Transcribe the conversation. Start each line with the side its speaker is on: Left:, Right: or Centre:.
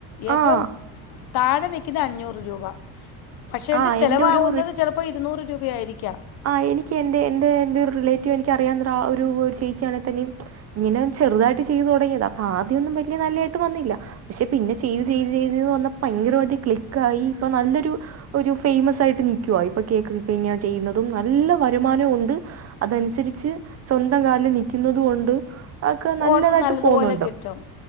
Left: ഏറ്റവും
Right: ആഹ്
Left: താഴെ ന്നിക്ക്ന്നെ അഞ്ഞൂറ് രൂപ പക്ഷേ
Right: ആഹ്
Left: ല് ചെലവാഉന്നത്
Right: എന്റെ ഒരു
Left: ചെലപ്പം ഇരുന്നൂറ് രൂപയായിരിക്കാം
Right: ആ എനിക്ക് എന്റെ എന്റെ എന്റെ ഒരു റിലേറ്റീവ് എനിക്കറിയാവുന്ന ടാഒരു ഒര് ചേച്ചിയാ നടത്തുന്നത് ഇങ്ങനെ ഒന്ന് ചെറുതായിട്ട് ചെയ്ത് തൊട്ങിയതാ ആദ്യ ഒന്നും ബെല്ല്യ ന്നല്ലായിട്ട് വന്നില്ല പക്ഷെ പിന്നെ ചെയ്ത് ചെയ്ത് ചെയ്ത് വന്ന ഭയങ്കരമായിട്ട് ക്ലിക്കായി ഇപ്പം ന്നല്ലൊരു ഒരു ഫെയ്മസായിട്ട് നിക്കുവാ ഇപ്പം കേക്ക് ഡിസൈൻ ഞാൻചെയ്യുന്ന ത് പ്പം ന്നല്ല വരുമാനും ഉണ്ട് അതനുസരിച്ച് സ്വന്തം കാല്ൽ നി ക്കുന്നതു കൊണ്ട് അഒകെ ന്നല്ലതായിട്ട്
Left: ഓർഡർ നല്ലതുപോലെ
Right: പോകുന്നുണ്ട്
Left: കിട്ടും